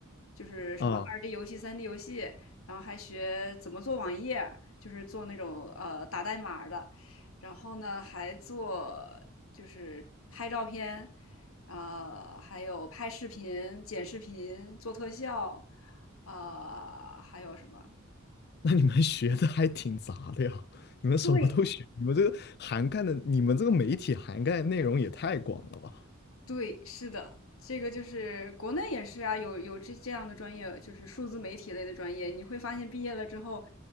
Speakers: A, on the left; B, on the left.
A: 就是什么二
B: 啊？
A: D 游戏、三 D 游戏，然后还学怎么做网页，就是做那种呃打代码的，然后呢还做就是拍照片，呃，还有拍视频、剪视频、做特效，呃，还有什么？
B: 那你们学的还挺杂的呀，你们什么都学，
A: 对，
B: 你们这个涵盖的，你们这个媒体涵盖的内容也太广了吧？
A: 对，是的，这个就是国内也是啊，有有这这样的专业，就是数字媒体类的专业，你会发现毕业了之后，